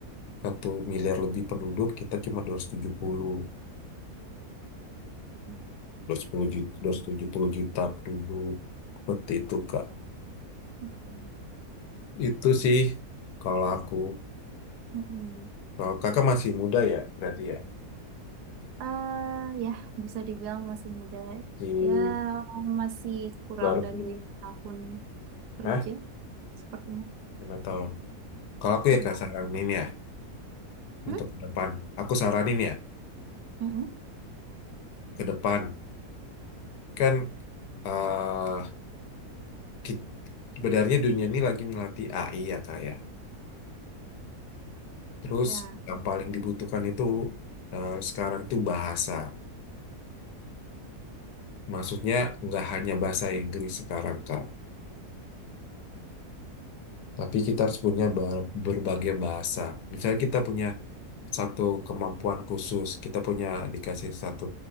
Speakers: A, on the left; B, on the right.
A: satu miliar lebih penduduk kita cuma 270
B: Hmm.
A: 270 juta, 270 juta penduduk seperti itu Kak.
B: Hmm.
A: Itu sih kalau aku.
B: Mm-mm.
A: Kalau kakak masih muda ya, berarti ya.
B: Ah, ya, bisa dibilang masih muda.
A: Di
B: Ya, masih kurang
A: baru,
B: dari lima tahun kerja
A: Hah?
B: sepertinya.
A: Lima tahun. Kalau aku
B: Ya.
A: ya kak saranin ya,
B: Hmm?
A: untuk ke depan. Aku saranin ya,
B: Mm-mm.
A: ke depan. Kan eh kit- sebenarnya dunia ini lagi melatih AI ya kak ya. Terus
B: Ya,
A: yang paling dibutuhkan itu eh, sekarang tuh bahasa. Maksudnya nggak hanya bahasa Inggris sekarang kak. Tapi kita harus punya bar- berbagai bahasa. Misalnya kita punya satu kemampuan khusus. Kita punya dikasih satu